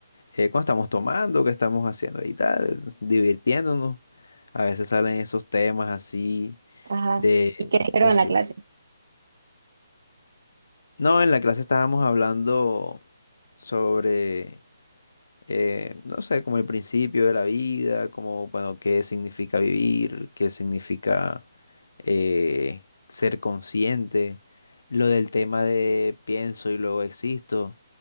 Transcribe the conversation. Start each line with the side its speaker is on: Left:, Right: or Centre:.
Left: eh, cuando estamos tomando, que estamos haciendo y tal, divirtiéndonos. A veces salen esos temas así
Right: Ajá.
Left: de,
Right: ¿Y qué dijeron
Left: de
Right: en
Left: filo.
Right: la clase?
Left: No, en la clase estábamos hablando sobre eh, no sé, como el principio de la vida, como, bueno, qué significa vivir, qué significa eh, ser consciente, lo del tema de pienso y luego existo,